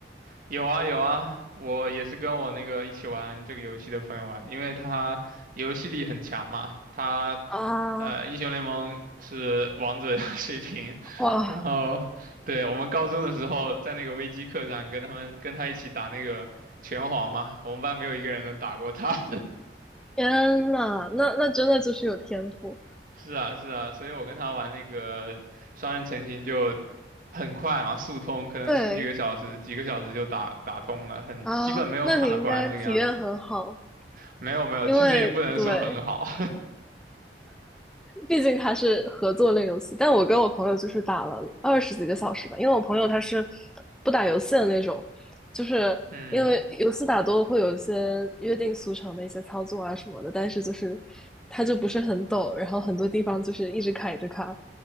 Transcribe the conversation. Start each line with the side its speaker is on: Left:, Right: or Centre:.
Right: 有啊有啊，我也是跟我那个一起玩这个游戏的朋友玩的因为他游戏力很强嘛，他
Centre: 啊，
Right: 呃英雄联盟是王者 <laughs> 水平，
Centre: 哇，
Right: 然后对我们高中的时候在那个微机课上跟他们跟他一起打那个拳皇嘛，我们班没有一个人能打过他。<laughs>
Centre: 天呐，那那真的就是有天赋。
Right: 是啊是啊，所以我跟他玩那个双人成行就很快嘛，速通，可能十几个小时几个小时就打打通了，
Centre: 对
Right: 很基本没有卡关这个样子。
Centre: 啊，那你应该体验很好，
Right: 没有没有，
Centre: 因为对，
Right: 其实也不能说很好。
Centre: 毕竟它是合作类游戏，但我跟我朋友就是打了二十几个小时吧，因为我朋友他是不打游戏的那种，就是因为游戏打多了会有一些约定俗成的一些操作啊什么的，
Right: <laughs> 嗯
Centre: 但是就是他就不是很懂，然后很多地方就是一直卡一直卡，